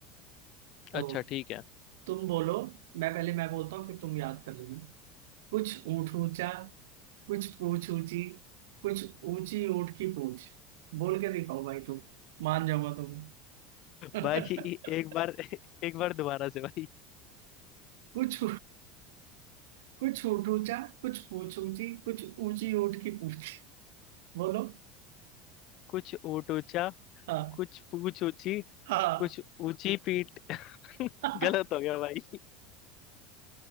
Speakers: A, on the right; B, on the left.
A: तो
B: अच्छा ठीक है
A: तुम बोलो मैं पहले मैं बोलता हूँ फिर तुम याद कर लेना कुछ ऊंट ऊंचा कुछ पूंछ ऊंची कुछ ऊंची ऊंट की पूंछ बोल के दिखाओ भाई तुम मान जाऊंगा तुम्हें
B: भाई एक
A: <laughs>
B: बार एक बार दोबारा से भाई
A: कुछ कुछ ऊंट ऊंचा कुछ पूंछ ऊंची कुछ ऊंची ऊंट की पूंछ बोलो
B: कुछ ऊंट ऊंचा
A: हाँ
B: कुछ पूंछ ऊंची
A: हाँ
B: कुछ ऊंची पीठ
A: <laughs>
B: गलत हो गया भाई